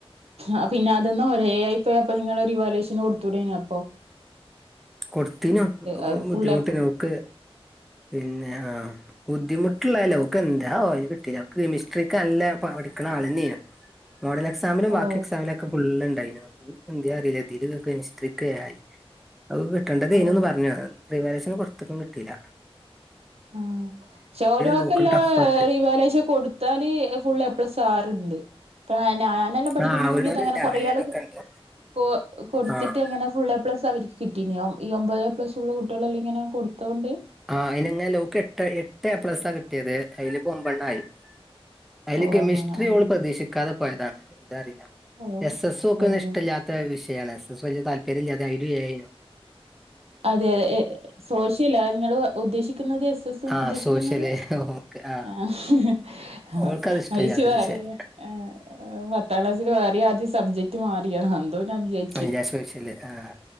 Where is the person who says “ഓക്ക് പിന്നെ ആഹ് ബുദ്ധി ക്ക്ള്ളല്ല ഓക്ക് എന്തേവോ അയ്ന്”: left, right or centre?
Centre